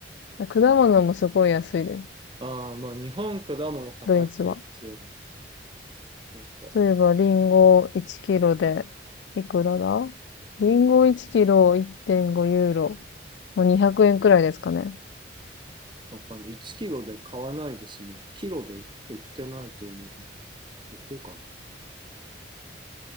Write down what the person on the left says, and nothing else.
果物もすごい安いです。
ドイツは。
そういえば、リンゴ1キロで、いくらだリンゴ1キロ1.5ユーロ。もう200円くえんくらいですかね。